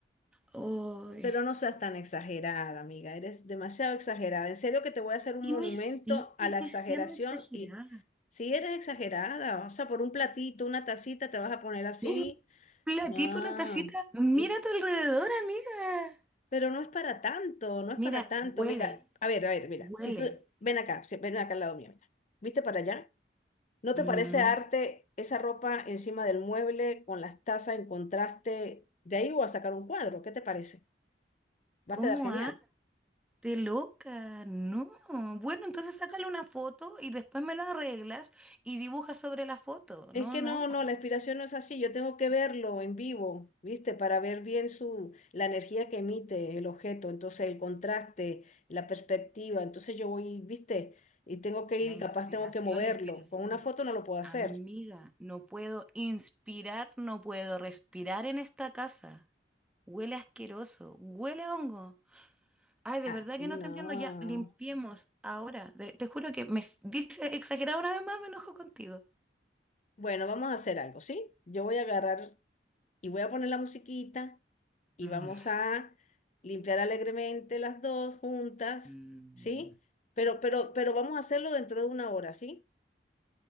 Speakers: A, in the centre; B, on the left.
A: Ay,
B: Pero no seas tan exagerada, amiga, eres demasiado exagerada. En serio que te voy a hacer un
A: y
B: monumento
A: me sigues
B: a la exageración
A: diciendo exagerada.
B: y si eres exagerada, o sea, por un platito, una tacita, te vas a poner así.
A: Un platito,
B: No.
A: una tacita. Mira
B: Y s-
A: a tu alrededor, amiga.
B: Pero no es para tanto, no es
A: Mira,
B: para tanto.
A: huele,
B: Mira, a ver, a ver, mira,
A: huele.
B: si tú, ven acá, si- ven acá al lado mío, mira. ¿Viste para allá? ¿No te
A: Mm,
B: parece arte esa ropa encima del mueble con las tazas en contraste? De ahí voy a sacar un cuadro, ¿qué te parece?
A: ¿cómo
B: Va a quedar genial.
A: ha? De loca, no. Bueno, entonces sácale una foto y después me lo arreglas y dibuja sobre la foto.
B: Es
A: No,
B: que
A: no,
B: no, no,
A: no.
B: la inspiración no es así, yo tengo que verlo en vivo, ¿viste? Para ver bien su, la energía que emite el objeto, entonces el contraste, la perspectiva, entonces yo voy, ¿viste? Y tengo que ir
A: La
B: y
A: inspiración,
B: capaz tengo que moverlo.
A: la inspiración.
B: Con una foto no lo puedo hacer.
A: Amiga, no puedo inspirar, no puedo respirar en esta casa. Huele asqueroso, huele a hongo. Ay, de
B: Ah,
A: verdad que
B: no.
A: no te entiendo. Ya, limpiemos ahora. De- te juro que me s- dice exagerado una vez más, me enojo contigo.
B: Bueno, vamos a hacer algo, ¿sí? Yo voy a agarrar y voy a poner la musiquita y
A: Mm,
B: vamos a limpiar alegremente las dos juntas,
A: mm.
B: ¿sí? Pero, pero, pero vamos a hacerlo dentro de una hora, ¿sí?